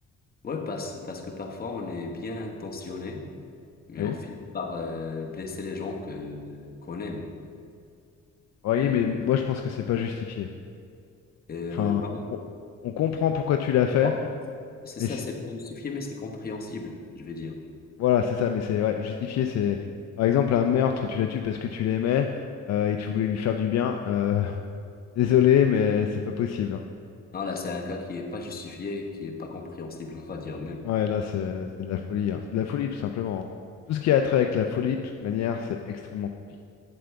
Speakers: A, on the left; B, on the left.
A: Ouais, parce, parce que parfois on est bien intentionné, mais
B: Oui.
A: on finit par euh, blesser les gens que qu'on aime.
B: Oui,
A: Et
B: mais moi je pense que c'est pas justifié.
A: euh,
B: Enfin,
A: ben,
B: on, on comprend pourquoi tu l'as fait,
A: en fait, c'est
B: mais
A: ça,
B: si-
A: c'est pas justifié, mais c'est compréhensible, je vais dire.
B: Voilà, c'est ça, mais c'est ouais, justifié, c'est par exemple un meurtre, tu la tues parce que tu l'aimais euh, et tu voulais lui faire du bien. euh, <laughs> désolé, mais c'est pas possible. hein.
A: Non, là, c'est un cas qui est pas justifié, qui est pas compréhensible, <laughs> on va dire même.
B: Ouais, là, c'est c'est de la folie, hein. C'est de la folie tout simplement. hein. Tout ce qui a trait avec la folie, de toute manière, c'est extrêmement compliqué.